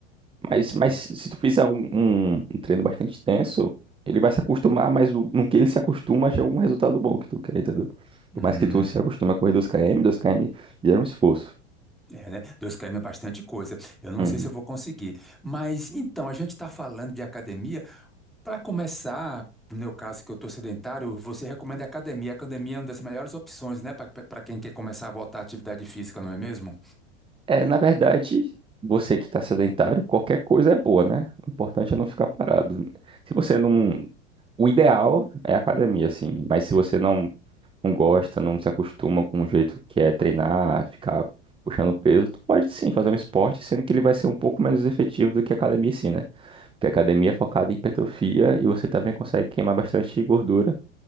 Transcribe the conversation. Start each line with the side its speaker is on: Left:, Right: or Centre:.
Right: Mas, mas
Centre: É.
Right: se tu fizer um, um- um treino bastante intenso, ele vai se acostumar, mas o- no que ele se acostuma já é um resultado bom que tu quer, entendeu?
Centre: Hum,
Right: Por mais que tu se acostume a correr dois km, dois km gera um esforço.
Centre: é, né? 2 km é bastante coisa. Eu não
Right: Uhum.
Centre: sei se eu vou conseguir. Mas então, a gente está falando de academia, Para começar, no meu caso, que eu estou sedentário, você recomenda a academia. A academia é uma das melhores opções, né, para quem quer começar a voltar à atividade física, não é mesmo?
Right: É, na verdade, você que está sedentário, qualquer coisa é boa, né? O importante é não ficar parado. Se você não. O ideal é a academia, assim. Mas se você não, não gosta, não se acostuma com o jeito que é treinar, ficar puxando peso, tu pode sim fazer um esporte, sendo que ele vai ser um pouco menos efetivo do que a academia, sim, né? Porque a academia é focada em hipertrofia e você também consegue queimar bastante gordura